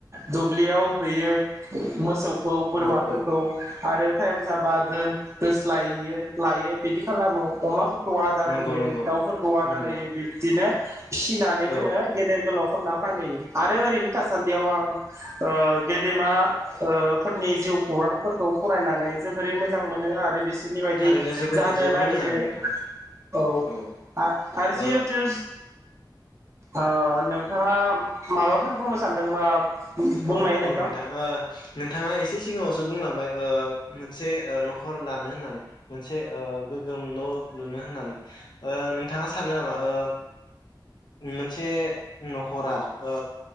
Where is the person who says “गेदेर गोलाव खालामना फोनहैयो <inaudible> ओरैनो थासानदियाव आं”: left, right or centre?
Right